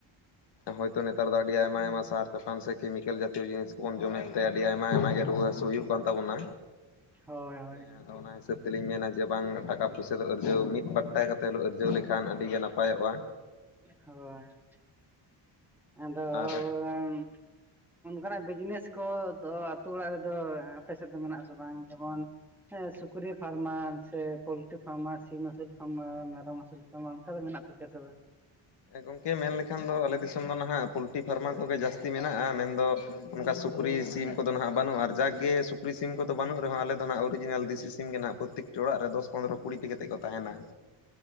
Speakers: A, on the left (about 55°); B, in the centre.
A: ᱦᱳᱭᱛᱚ ᱱᱮᱛᱟᱨ ᱫᱚ ᱟᱹᱰᱤ ᱟᱭᱢᱟ ᱟᱭᱢᱟ ᱥᱟᱨᱯᱟᱱ ᱥᱮ ᱠᱮᱢᱤᱠᱮᱞ ᱡᱟᱛᱤᱭᱚ ᱡᱤᱱᱤᱥ ᱵᱚᱱ ᱡᱚᱢᱮᱫ ᱛᱮ ᱟᱹᱰᱤ ᱟᱭᱢᱟ ᱟᱭᱢᱟ ᱜᱮ ᱨᱩᱣᱟᱹ ᱦᱟᱹᱥᱩ ᱦᱩᱭᱩᱜ ᱠᱟᱱ ᱛᱟᱵᱚᱱᱟ
B: ᱦᱳᱭ ᱦᱳᱭ
A: ᱦᱮᱸ ᱟᱫᱚ ᱚᱱᱟ ᱦᱤᱥᱟᱹᱵ ᱛᱮ ᱛᱮᱞᱤᱧ ᱢᱮᱱᱟ ᱡᱮ ᱵᱟᱝ ᱴᱟᱠᱟ ᱯᱩᱭᱥᱟᱹ ᱫᱚ ᱟᱨᱡᱟᱹᱣ ᱢᱤᱫ ᱵᱟᱴ ᱴᱟᱠᱟ ᱠᱟᱛᱮᱫ ᱟᱨᱡᱟᱹᱣ ᱞᱮᱠᱷᱟᱱ ᱟᱹᱰᱤᱜᱮ ᱱᱟᱯᱟᱭᱚᱜᱼᱟ
B: ᱦᱳᱭ <inaudible> ᱟᱫᱚ
A: ᱟᱨ
B: <inaudible> ᱚᱱᱠᱟᱱᱟᱜ ᱵᱤᱡᱽᱱᱮᱥ ᱠᱚ ᱫᱚ ᱟᱹᱛᱩ ᱚᱲᱟᱜ ᱨᱮᱫᱚ ᱟᱯᱮ ᱥᱮᱫ ᱫᱚ ᱢᱮᱱᱟᱜ ᱟᱥᱮ ᱵᱟᱝ ᱡᱮᱢᱚᱱ ᱦᱮᱸ ᱥᱩᱠᱨᱤ ᱯᱷᱟᱨᱢᱟ ᱥᱮ ᱯᱳᱚᱞᱴᱨᱤ ᱯᱷᱟᱨᱢᱟ ᱥᱤᱢ ᱟᱹᱥᱩᱞ ᱯᱷᱟᱨᱢᱟ ᱢᱮᱨᱚᱢ ᱟᱹᱥᱩᱞ ᱯᱷᱟᱨᱢᱟ ᱚᱱᱠᱟ ᱫᱚ ᱢᱮᱱᱟᱜ ᱮ ᱛᱚᱵᱮ <unintelligible>
A: ᱦᱸ ᱜᱚᱢᱠᱮ ᱢᱮᱱ ᱞᱮᱠᱷᱟᱱ ᱫᱚ ᱟᱞᱮ ᱫᱤᱥᱚᱢ ᱫᱚ ᱱᱟᱦᱟᱜ ᱯᱳᱞᱴᱤ ᱯᱷᱟᱨᱢᱟ ᱠᱚᱜᱮ ᱡᱟᱹᱥᱛᱤ ᱢᱮᱱᱟᱜᱼᱟ ᱢᱮᱱᱫᱚ ᱚᱱᱠᱟ ᱥᱩᱠᱨᱤ ᱥᱤᱢ ᱠᱚᱫᱚ ᱦᱟᱸᱜ ᱵᱟᱹᱱᱩᱜᱼᱟ ᱟᱨ ᱡᱟᱜᱠᱮ ᱥᱩᱠᱨᱤ ᱥᱤᱢ ᱠᱚᱫᱚ ᱵᱟᱹᱱᱩᱜ ᱨᱮᱦᱚᱸ ᱟᱞᱮ ᱫᱚ ᱦᱟᱸᱜ ᱚᱨᱤᱡᱤᱱᱟᱞ ᱫᱮᱥᱤ ᱥᱤᱢ ᱜᱮ ᱱᱟᱦᱟᱸᱜ ᱯᱩᱛ ᱯᱨᱚᱛᱮᱠᱴᱤ ᱚᱲᱟᱜ ᱨᱮ ᱫᱚᱥ ᱯᱚᱸᱫᱽᱨᱚ ᱠᱩᱲᱤᱴᱤ ᱠᱟᱛᱮᱫ ᱠᱚ ᱛᱟᱦᱮᱸᱱᱟ